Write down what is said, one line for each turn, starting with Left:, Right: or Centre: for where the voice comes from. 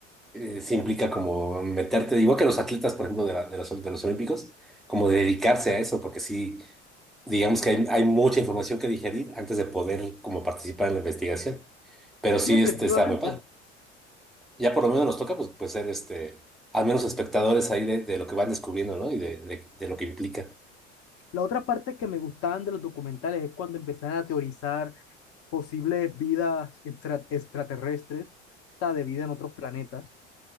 Centre: eh, se implica como meterte, igual que los atletas, por ejemplo, de, la- de los, de los olímpicos, como dedicarse a eso, porque sí, digamos que hay, hay mucha información que digerir antes de poder como participar en la investigación. Pero sí,
Left: Sí, efectivamente.
Centre: este, está muy padre. ya por lo menos nos toca pues, pues ser este, al menos espectadores ahí de, de lo que van descubriendo, ¿no? Y de, de, de lo que implica.
Left: La otra parte que me gustaban de los documentales es cuando empezaron a teorizar posibles vidas extra- extraterrestres, o sea, de vida en otros planetas.